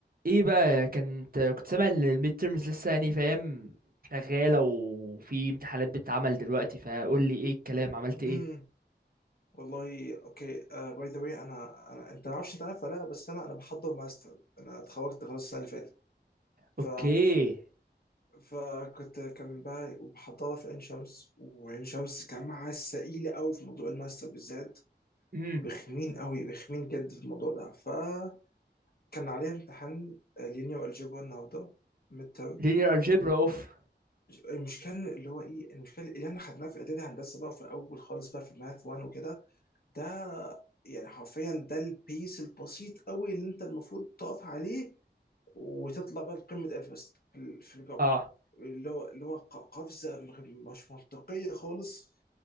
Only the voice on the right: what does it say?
ايه بقى كنت كنت سامع ان الميد تيرمز لسه يعني فاهم شغاله وفي امتحانات بتتعمل دلوقتي فقول لي ايه الكلام عملت
ايه
اوكي
امم
لينير الجبرا اوف
اه